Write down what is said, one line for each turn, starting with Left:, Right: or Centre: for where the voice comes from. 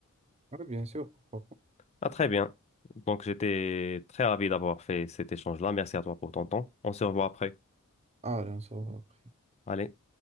Right: Oui, bien sûr, pourquoi pas.
Left: Ah, très bien. Donc, j'étais très ravi d'avoir fait cet échange-là. Merci à toi pour ton temps. On se revoit après.
Right: Ah, allez, on se revoit après.
Left: Allez.